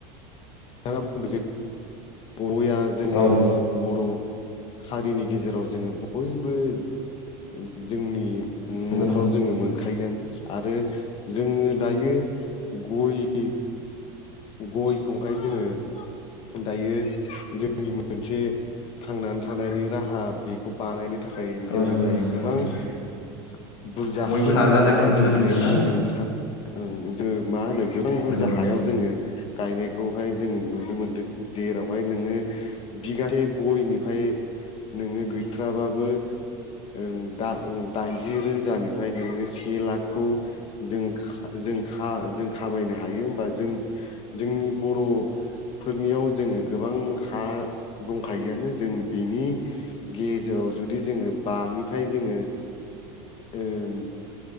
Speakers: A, on the left; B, on the left.
A: <unintelligible> <unintelligible> जोङो
B: औ
A: बर' हारिनि गेजेराव जोङो बयबो। <unintelligible> जोंनि
B: नंगौ
A: न'फ्राव जोङो मोनखायोआनो आरो जोङो दायो गय गयखौ हाय जोङो दायो जोंनि मोनसे थांनानै थानायनि राहा बेखौ बानायनो थाखाय जोङो
B: औ नंगौ
A: दायो
B: नंगौ
A: गोबां
B: नंगौ
A: हा बुरजा हायाव
B: बयबो नाजानायखौ
A: दा
B: नुनो
A: देनायखौ
B: मोनदोंना
A: जों नुनो थाङो। ओं जोङो मा होनो गोबां बुरजा
B: नुबोदों
A: हायाव जोङो गायनायखौहाय जोंङो नुनो मोनदों। जेरावहाय नोङो बिगासे गयनिफ्राय नोङो गैथाराबाबो ओं दा-दाइनजि रोजानिफ्राय नोङो से लाखखौ जों खा- जों खा जों खामायनो हायो होमबा जों जोंनि बर'फोरनियाव जोङो गोबां हा दंखायोआनो। जों बिनि गेजेराव जुदि जोङो बानिफ्राय जोङो ओ